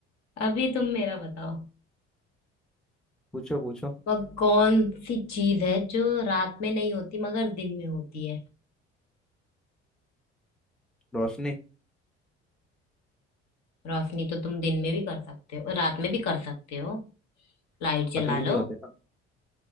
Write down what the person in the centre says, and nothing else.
पूछो पूछो
रोशनी
असली
नहीं होते ना